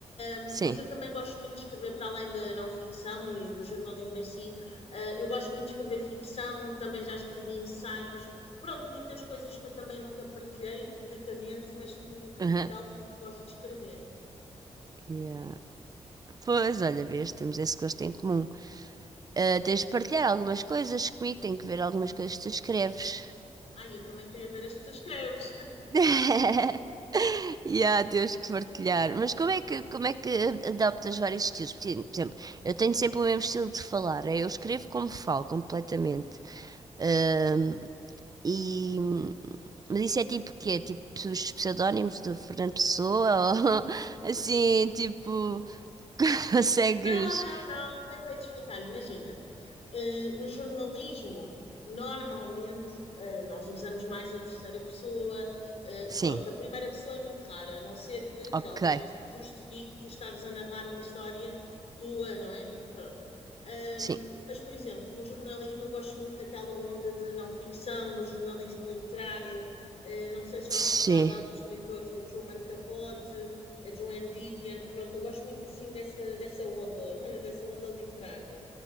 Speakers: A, on the left; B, on the right.
A: Um,
B: Sim.
A: mas eu também gosto muito de escrever para além da não ficção e do jornalismo em si. Uh, eu gosto muito de escrever ficção, também já escrevi ensaios, pronto, muitas coisas que eu também nunca partilhei publicamente, mas que
B: Aham,
A: realmente gosto de escrever.
B: yeah. Pois, olha, vês, temos esse gosto em comum. Ah, tens de partilhar algumas coisas comigo, tenho que ver algumas coisas que tu escreves.
A: Ai, eu também queria ver as que tu escreves. <laughs>
B: <laughs> E há, temos que partilhar. Mas como é que, como é que adaptas vários estilos? Porque, Por exemplo, eu tenho sempre o mesmo estilo de falar. eh, Eu escrevo como falo, completamente. Ahm, e, mas isso é tipo quê? Tipo os pseudónimos do Fernando Pessoa? Ou <laughs> assim, tipo, <laughs> consegues?
A: Não, não, não. Como é que eu ia te explicar? Imagina, Eh, no jornalismo, normalmente, eh, nós usamos mais a terceira pessoa. Eh,
B: Sim,
A: pronto, a primeira pessoa é muito rara, a não ser que
B: ok.
A: realmente se justifique tu estares a narrar uma história tua, não é? Pronto. Ahm,
B: Sim.
A: mas, por exemplo, no jornalismo eu gosto muito daquela onda de não ficção, do jornalismo literário. Eh, não sei se já
B: Sim.
A: ouviste falar de alguns escritores, o Truman Capote, a Joan Didion. Pronto, eu gosto muito assim dessa, dessa onda, <laughs> dessa onda literária.